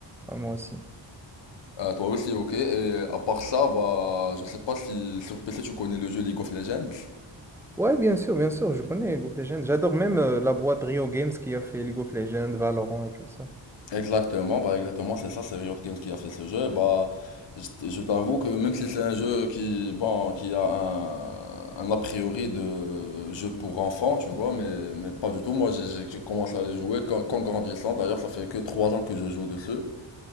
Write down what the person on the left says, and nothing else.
Euh, toi aussi, ok. Et à part ça, bah je sais pas si sur PC tu connais le jeu League of Legends.
Exactement, bah exactement, c'est ça, c'est Riot Games qui a fait ce jeu. Bah, je, je t'avoue que même si c'est un jeu qui, bon, qui a un, un a priori de jeu pour enfants, tu vois, mais, mais pas du tout. Moi, j'ai j'ai- j'ai commencé à les jouer qu'en qu'en grandissant. D'ailleurs, ça fait que trois ans que je joue dessus.